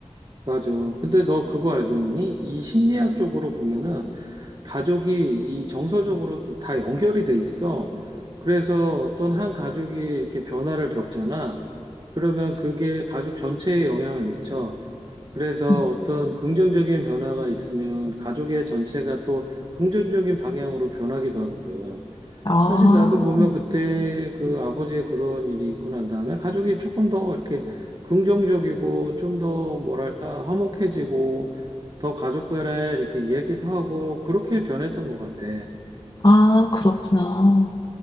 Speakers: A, on the right; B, on the left.
A: 맞아. 근데 너 그거 알고 있니? 이 심리학 쪽으로 보면은 가족이 이 정서적으로 다 연결이 돼 있어. 그래서 어떤 한 가족이 이렇게 변화를 겪잖아. 그러면 그게 가족 전체에 영향을 미쳐. 그래서
B: 음.
A: 어떤 긍정적인 변화가 있으면 가족의 전체가 또 긍정적인 방향으로 변하기도 하거든.
B: 아,
A: 사실 나도 보면 그때 그 아버지의 그런 일이 있고 난 다음에 가족이 조금 더 이렇게 긍정적이고 좀 더 뭐랄까 화목해지고 더 가족 간에 이렇게 이야기도 하고 그렇게 변했던 것 같아.
B: 아, 그렇구나.